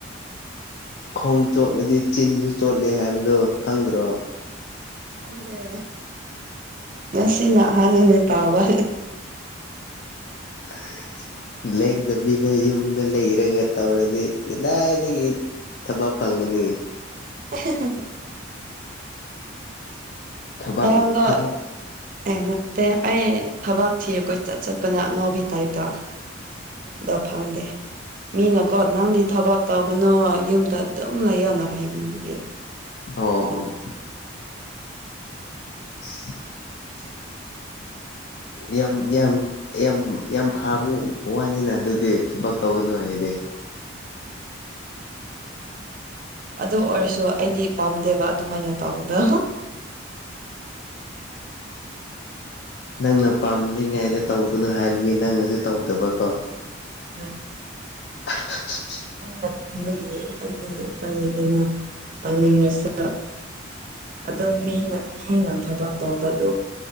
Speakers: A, on the left; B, on the right.
A: ꯈꯣꯡ ꯆꯣꯠꯂꯗꯤ ꯆꯤꯟꯁꯨ ꯆꯣꯠꯂꯦ ꯍꯥꯏꯕꯗꯣ ꯈꯪꯗ꯭ꯔꯣ
B: ꯑꯗ ꯉꯁꯤ ꯅ ꯑꯍꯥꯟꯕꯅꯦ ꯇꯥꯕ
A: ꯑꯟꯑꯣꯗꯤꯕꯜ ꯂꯦꯡꯗꯕꯤꯗ ꯌꯨꯝꯗ ꯂꯩ ꯏꯔꯒ ꯇꯧꯔ ꯑꯗꯨ ꯏꯗꯥꯗꯒꯤ ꯏ ꯊꯕꯛ ꯐꯪꯒꯅꯤ
B: ꯑꯦꯍꯍꯍ
A: ꯊꯕꯥꯛ
B: ꯉꯔꯥꯡꯗꯣ
A: ꯊꯕꯥꯛ
B: ꯑꯦ ꯅꯠꯇꯦ ꯑꯩ ꯊꯕꯛ ꯊꯤꯔꯦꯀꯣꯏ ꯆꯠꯄꯅ ꯑꯉꯥꯎꯕꯤ ꯇꯥꯏꯞꯇ ꯗꯣ ꯐꯪꯗꯦ ꯃꯤꯅꯀꯣ ꯅꯪꯗꯤ ꯊꯕꯛ ꯇꯧꯒꯅꯨ ꯌꯨꯝꯗ ꯑꯗꯨꯝ ꯂꯩꯌꯣꯅ ꯍꯥꯏꯕꯤꯕꯒꯦ
A: ꯑꯣ
B: ꯑꯗꯨꯝ
A: ꯑꯟꯑꯣꯗꯤꯕꯜ ꯌꯥꯝ ꯌꯥꯝ ꯌꯥꯝ ꯌꯥꯝ ꯐꯕ ꯋꯥꯅꯤꯅ ꯑꯗꯨꯗꯤ ꯊꯕꯛ ꯇꯧꯒꯅꯨ
B: ꯑ
A: ꯍꯥꯏꯗꯤ
B: ꯄꯥꯅꯤ ꯑꯗꯨ ꯑꯣꯏꯔꯁꯨ ꯑꯩꯗꯤ ꯄꯥꯝꯗꯦꯕ ꯑꯗꯨꯃꯥꯏꯅ ꯇꯧꯕꯗ
A: ꯅꯪꯅ ꯄꯥꯝꯗ꯭ꯉꯩꯗ ꯇꯧꯕꯅꯨ ꯍꯥꯏꯕꯒꯤ ꯅꯪꯅꯁꯨ ꯇꯧꯗꯕꯀꯣ
B: ꯍ
A: ꯑꯍꯍꯍꯍ
B: ꯃꯣꯏꯅ ꯊꯤꯡꯕꯒꯤ ꯑꯩꯗꯤ ꯐꯪꯉꯤꯗꯅ ꯇꯥꯅꯤꯡꯂꯁꯨ ꯑꯣ ꯃꯤꯅ ꯃꯤꯅ ꯊꯕꯛ ꯇꯕꯥꯗꯨ